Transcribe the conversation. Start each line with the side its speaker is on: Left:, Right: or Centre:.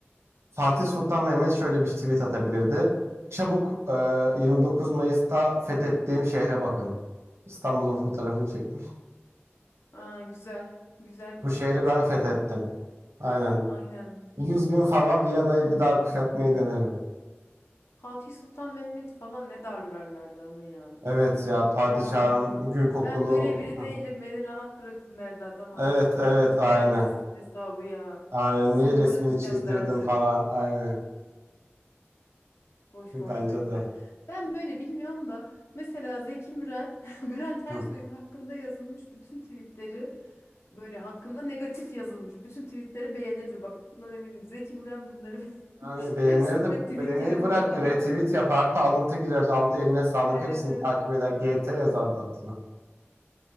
Right: Fatih Sultan Mehmet şöyle bir tweet atabilirdi. Çabuk e, 29 Mayıs'ta fethettiğim şehre bakın. İstanbul'un fotoğrafını çekmiş.
Left: Aa, güzel, güzel bir
Right: Bu şehri
Left: tweet.
Right: ben fethettim. Aynen.
Left: Aynen.
Right: 100 bin fava Viyana'yı bir daha kuşatmayı denerim.
Left: Fatih Sultan Mehmet'i falan ne darlarlardı ama ya.
Right: Evet ya padişahım
Left: Aman.
Right: gül kokulu.
Left: Ben böyle
Right: o-
Left: biri değilim.
Right: Hı.
Left: Beni rahat bırakın derdi adam artık.
Right: Evet
Left: Kapatın
Right: evet aynen.
Left: gider sizin hesabı ya.
Right: Aynen
Left: Sizle
Right: niye
Left: mi
Right: resmini
Left: uğraşacağım
Right: çizdirdim
Left: derdi.
Right: falan aynen.
Left: Boş
Right: Bence
Left: muhabbetler.
Right: de.
Left: Ben böyle bilmiyorum da mesela Zeki Müren, <laughs> Bülent
Right: Hı.
Left: Ersoy'un hakkında yazılmış bütün tweetleri böyle hakkında negatif yazılmış bütün tweetleri beğenirdi. Bak bundan eminim. Zeki Müren bunları
Right: Yani
Left: <laughs>
Right: beğenir
Left: hepsine
Right: de
Left: tweet
Right: beğeni
Left: yapıyor
Right: bırak
Left: falan.
Right: retweet
Left: <laughs>
Right: yapar hatta alıntı girer al, eline sağlık
Left: Evet
Right: hepsini
Left: evet.
Right: takip eder GT yazar da altına.